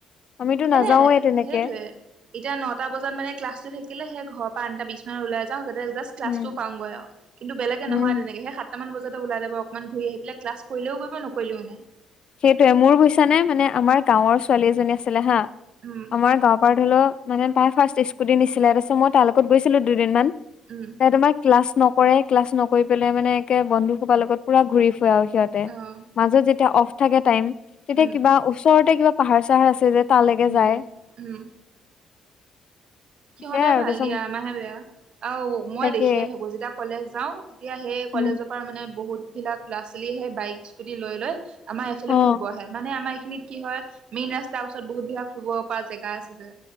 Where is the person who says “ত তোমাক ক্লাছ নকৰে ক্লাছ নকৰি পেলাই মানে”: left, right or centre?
Left